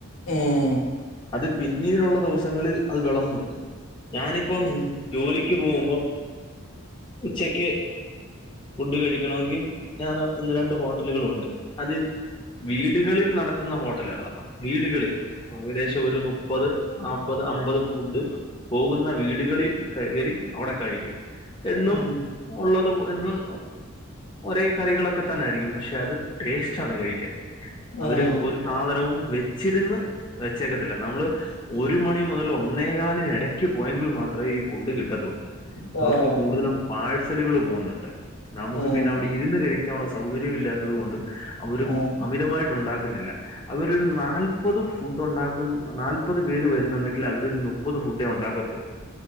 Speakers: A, on the left; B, on the left.
A: ഏഹ്
B: അത് പിന്നീടുള്ള ദിവസങ്ങളിൽ അത് വിളമ്പുന്ന് ഞാനിപ്പം
A: ഉം
B: ജോലിക്ക് പോകുമ്പോ ഉച്ചക്ക് ഫുഡ് കഴിക്കണമെങ്കിൽ ഞാന ഒന്ന് രണ്ട് ഹോട്ടലുകളുണ്ട് അത് വീ വീടുകളിൽ നടത്തുന്ന ഹോട്ടലുകളാണ് വീടുകളിൽ ഏകദേശം ഒരു മുപ്പത് നാപ്പത് അമ്പത് ഫുഡ് പോകുന്ന വീടുകളിൽ കയറി അവിടെ കഴിക്കും എന്നും
A: ഉം
B: ഉള്ളത് എന്നും ഒരേ കറികളൊക്കെ തന്നൊയിയിരിക്കും പക്ഷെ അത് ടേസ്റ്റ് ആണ് കഴിക്കാൻ അവര്
A: ഉം
B: ഒരു സാധനവും വെച്ചിരുന്ന് വെച്ചേക്കത്തില്ല നമ്മള് ഒരു മണി മുതൽ ഒന്നേ കാലി ഇടയ്ക്ക് പോയെങ്കിൽ മാത്രമേ ഈ ഫുഡ് കിട്ടത്തുള്ളൂ
A: ഉം
B: അവർക്ക്
A: അതെ
B: കൂടുതലും
A: അതെ
B: പാഴ്സലുകൾ പോകുന്നുണ്ട് നമുക്ക്
A: ഉം ഉം
B: പിന്നെ അവിടെ ഇരുന്ന് കഴിക്കാനുള്ള സൗകര്യം ഇല്ലാത്തത് കൊണ്ടും അവര്
A: ഉം
B: അമിതമായിട്ട് ണ്ടാക്കുന്നില്ല അവരൊരു നാല്പത് ഫുഡ് ഉണ്ടാക്കുന്ന നാല്പത് പേര് വരുന്നുണ്ടെങ്കിൽ അവരൊരു മുപ്പത് ഫുഡേ ഉണ്ടാക്കത്തുള്ളൂ